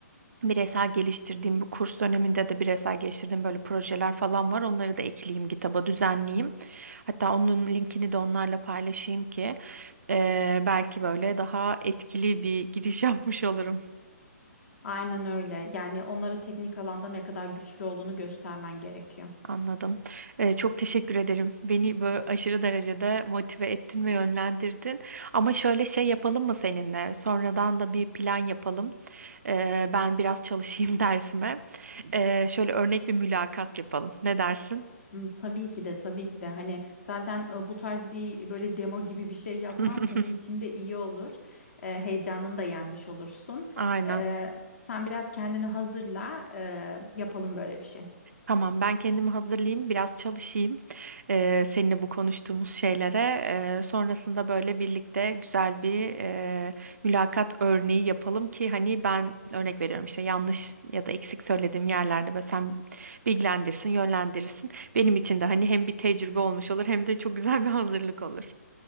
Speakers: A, on the right; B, on the left.
A: Bireysel geliştirdiğim bu kurs döneminde de bireysel geliştirdiğim böyle projeler falan var. Onları da ekleyeyim kitaba düzenleyeyim. Hatta onun linkini de onlarla paylaşayım ki eee, belki böyle daha etkili bir giriş <laughs> yapmış olurum.
B: Aynen öyle. Yani onlara teknik alanda ne kadar güçlü olduğunu göstermen gerekiyor.
A: Anladım. Eee, çok teşekkür ederim. Beni böyle aşırı derecede motive ettin ve yönlendirdin. Ama şöyle şey yapalım mı seninle? Sonradan da bir plan yapalım. Eee, ben biraz çalışayım <laughs> dersime. Eee, şöyle örnek bir mülakat yapalım. Ne dersin?
B: Hmm, Tabii ki de tabii ki de hani zaten e, bu tarz bir böyle demo gibi bir şey yapman
A: <laughs>
B: senin için de iyi olur. E, heyecanını da yenmiş olursun.
A: Aynen.
B: E, sen biraz kendini hazırla e, yapalım böyle bir şey.
A: Tamam, ben kendimi hazırlayayım, biraz çalışayım. Ee, seninle bu konuştuğumuz şeylere e, sonrasında böyle birlikte güzel bir e, mülakat örneği yapalım ki hani ben örnek veriyorum işte yanlış ya da eksik söylediğim yerlerde böyle sen bilgilendirsin, yönlendirirsin. Benim için de hani hem bir tecrübe olmuş olur hem de çok güzel bir hazırlık olur.